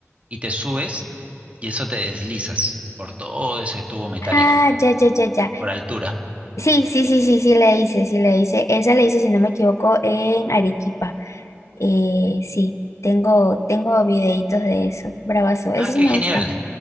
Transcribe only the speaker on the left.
ah, ya, ya, ya, ya.
Sí, sí, sí, sí, sí le hice, sí le hice. Esa le hice, si no me equivoco, en Arequipa. Eh, sí, tengo, tengo videitos de eso. Bravazo. Ese
sí
me
gusta.